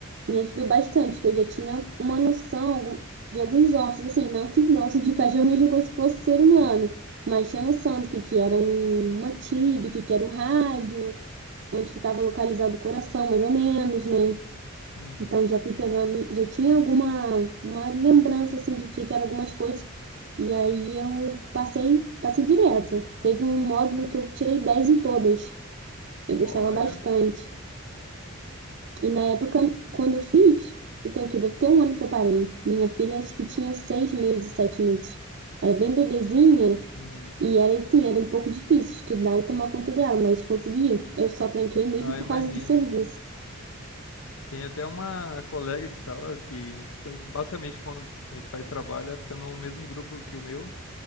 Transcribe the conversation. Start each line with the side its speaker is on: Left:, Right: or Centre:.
Right: me ajudou bastante, que eu já tinha uma noção de alguns ossos, assim, não que <laughs> osso de cachorro é a mesma coisa que osso de ser humano, mas tinha noção do que, que era um, uma tib, que, que era um rádio, onde ficava localizado o coração, mais ou menos, né?
Left: Uhum.
Right: Então já fui pegando, já tinha alguma uma lembrança assim do que que eram algumas coisas. E aí eu passei, passei direto. Teve um módulo que eu tirei 10 em todas. Eu
Left: Olha.
Right: gostava bastante. E na época, quando eu fiz, eu tenho que deve ter um ano que eu parei. Minha filha acho que tinha seis meses, sete meses. Era bem bebezinha
Left: Uhum.
Right: e era assim, era um pouco difícil estudar e tomar conta dela, mas consegui. Eu só tranquei mesmo
Left: Ah, eu
Right: por
Left: imagino.
Right: causa do serviço.
Left: Tem até uma colega de sala que fica, basicamente, quando a gente faz trabalho, ela fica no mesmo grupo que o meu.